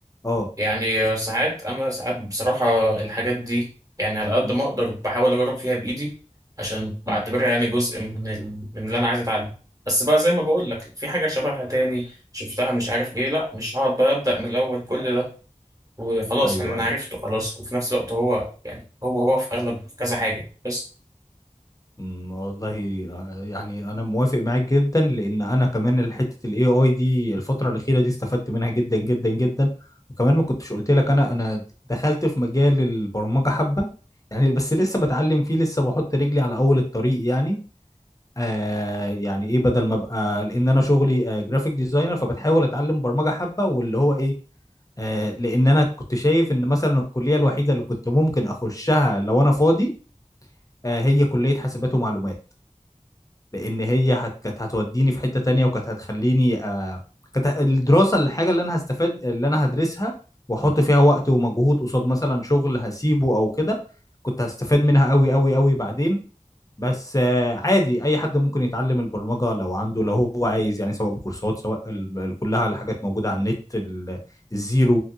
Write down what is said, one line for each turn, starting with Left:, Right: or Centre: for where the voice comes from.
Left: اه
Right: يعني
Left: ف...
Right: ساعات انا ساعات بصراحه الحاجات دي يعني على قد
Left: م-
Right: ما اقدر بحاول اجرب فيها بايدي عشان بعتبرها
Left: م.
Right: يعني جزء من ال... من اللي انا عايز اتعلم بس بقى زي ما بقول لك في حاجه شبهها تاني شفتها مش عارف ايه لا مش هقعد بقى ابدا من الاول كل ده وخلاص
Left: ايوه
Right: يعني انا
Left: ايوه
Right: عرفته خلاص وفي نفس الوقت هو يعني هو هو في اغلب كذا حاجه بس
Left: أمم، والله آه، يعني انا موافق معاك جدا لان انا كمان حته الاي اي دي الفتره الاخيره دي استفدت منها جدا جدا جدا وكمان ما كنتش قلت لك انا انا دخلت في مجال البرمجه حبه يعني بس لسه بتعلم فيه لسه بحط رجلي على اول الطريق يعني آه يعني ايه بدل ما ابقى لان انا شغلي آه جرافيك ديزاينر فبتحاول اتعلم برمجه حبه واللي هو ايه آه، لان انا كنت شايف ان مثلا الكليه الوحيده اللي كنت ممكن اخشها لو انا فاضي آه، هي كليه حاسبات ومعلومات لان هي هت... كانت هتوديني في حتة تانية وكانت هتخليني آه... كانت ه- الدراسة الحاجة اللي انا هستفاد اللي انا هدرسها واحط فيها وقت ومجهود قصاد مثلا شغل هسيبه او كده كنت هستفاد منها قوي قوي قوي بعدين بس آه، عادي اي حد ممكن يتعلم البرمجة لو عنده لو هو عايز يعني سواء بكورسات سواء ال- ال- كلها الحاجات موجودة على النت ال- الزيرو